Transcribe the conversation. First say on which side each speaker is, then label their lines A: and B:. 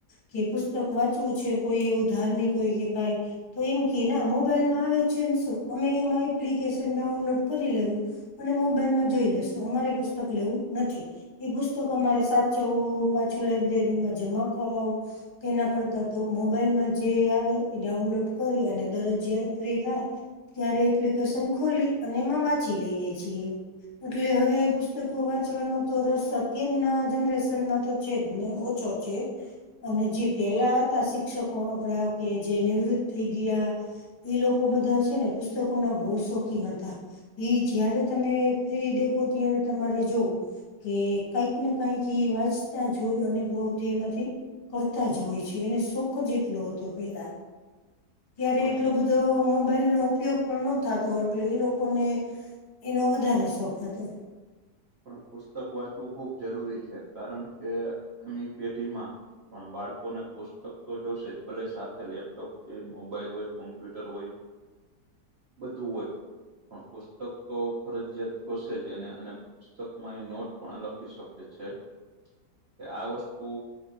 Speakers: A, on the left (about 35°); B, on the right (about 65°).
A: કે પુસ્તક વાંચવું છે કોઈ એવું ધાર્મિક હોય કે કઈ તો એમ કે ના મોબાઈલમાં આવે છે ને શું અમે એમાં એપ્લિકેશન ડાઉનલોડ કરી લેવું અને મોબાઈલમાં જોઈ લેશુ અમારે પુસ્તક લેવું નથી. એ પુસ્તકો મારે સાચવું પાછું લાઈબ્રેરીમાં જમા કરાવું કે ના કરતા તો મોબાઈલમાં જે આવે એ ડાઉનલોડ કરી અને દરરોજ જયારે ફ્રી થાય. ત્યારે એપ્લિકેશન ખોલી અને એમાં વાંચી લઈએ છીએ. એટલે હવે પુસ્તકો વાંચવાનો તો રસ અત્યારના જનરેશનમાં તો છે જ ને ઓછો અને જે પેલા હતા શિક્ષકો આપડા કે જે નિવૃત્ત થઈ ગયા. એ લોકો બધા છે ને પુસ્તકો ના બહુ શોખીન હતા. એઈ જયારે તમે ફ્રી દેખો ત્યારે તમારે જોવ કે કઈક ને કઈક વાંચતા જોય અને પ્રવૃત્તિ એમાંથી કરતા જ હોય છે. એને સુોખ જેટલો હતો પેલા, ત્યારે
B: પણ
A: એટલો
B: ઈ
A: બધો મોબાઈલ નો ઉપયોગ પણ નો થતો એટલે એ લોકોને એનો વધારે શોખ હતો.
B: પણ પુસ્તક વાંચવું ખૂબ જરૂરી છે. કારણ કે આગામી પેઢીમાં પણ બાળકોને પુસ્તક તો જોશે જ, ભલે સાથે લેપટોપ, મોબાઈલ હોય, કોમ્પ્યુટર હોય, બધું હોય પણ પુસ્તક તો ફરજયાત જોશે જ એને અને પુસ્તકમાં એ નોટ પણ લખી શકે છે કે, આ વસ્તુ